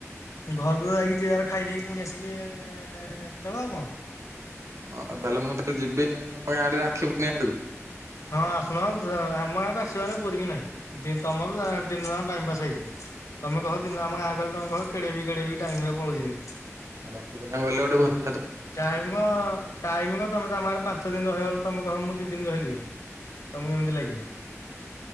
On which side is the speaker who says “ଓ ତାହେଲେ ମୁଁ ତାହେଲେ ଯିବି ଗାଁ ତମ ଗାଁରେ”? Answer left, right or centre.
Right